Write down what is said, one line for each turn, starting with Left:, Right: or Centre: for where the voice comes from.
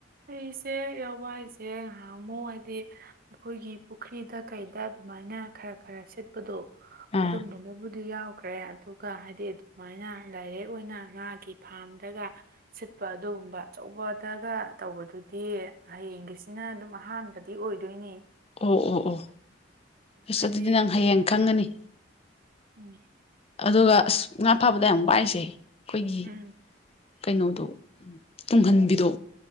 Right: ꯑꯩꯁꯦ ꯌꯥꯎꯕ ꯍꯥꯏꯁꯦ ꯉꯍꯥꯡ ꯑꯃꯨ ꯍꯥꯏꯗꯤ ꯑꯩꯈꯣꯏꯒꯤ ꯄꯨꯈ꯭ꯔꯤꯗ ꯀꯩꯗ ꯑꯗꯨꯃꯥꯏꯅ ꯈꯔ ꯈꯔ ꯁꯤꯠꯄꯗꯣ
Left: ꯑꯥ
Right: ꯑꯗꯨꯝꯕꯗꯨꯕꯨ ꯑꯗꯨ ꯌꯥꯎꯈ꯭ꯔꯦ ꯑꯗꯨꯒ ꯍꯥꯏꯗꯤ ꯑꯗꯨꯃꯥꯏꯅ ꯗꯥꯏꯔꯦꯛ ꯑꯣꯏꯅ ꯉꯥꯒꯤ ꯐꯥꯔꯝꯗꯒ ꯁꯤꯠꯄ ꯑꯗꯨꯒꯨꯝꯕ ꯑꯆꯧꯕꯗꯒ ꯇꯧꯕꯗꯨꯗꯤ ꯍꯌꯦꯡꯒꯤꯁꯤꯅ ꯑꯗꯨꯝ ꯑꯍꯥꯟꯕꯗꯤ ꯑꯣꯏꯗꯣꯏꯅꯤ
Left: ꯑꯣ ꯑꯣ ꯑꯣ ꯑꯁ
Right: ꯍꯥꯏꯗꯤ
Left: ꯑꯗꯨꯗꯤ ꯅꯪ ꯍꯌꯦꯡ
Right: ꯄꯨꯈ꯭ꯔꯤ
Left: ꯈꯪꯒꯅꯤ
Right: ꯎꯝ
Left: ꯑꯗꯨꯒ ꯑꯁ ꯉꯥ ꯐꯥꯕꯗ ꯌꯥꯝ ꯋꯥꯏꯁꯦ ꯑꯩꯈꯣꯏꯒꯤ
Right: ꯎꯝ
Left: ꯀꯩꯅꯣꯗꯣ ꯇꯨꯡꯍꯟꯕꯤꯗꯣ